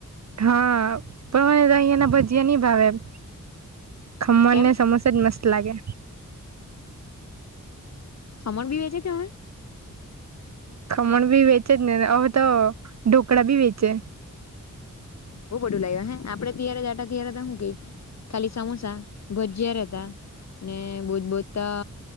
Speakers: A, on the right; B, on the left.
A: હા પણ અહીિયાયાનાઙ ભજીયા નહી ભાવે એમ ખમણ
B: કેમ
A: ને સમોસા જ મસ્ત લાગે
B: ખમણ ભી વેચે કે હય
A: ખમણ ભી વેચે જ ને તો ઢોકળા ભી વેચે
B: બઉ બધું લાગ્યું હ આપડે તયરે જાા ત હતા શું ક ખાલી સમોસા ભજીયાહતા ને બહજ બોજતા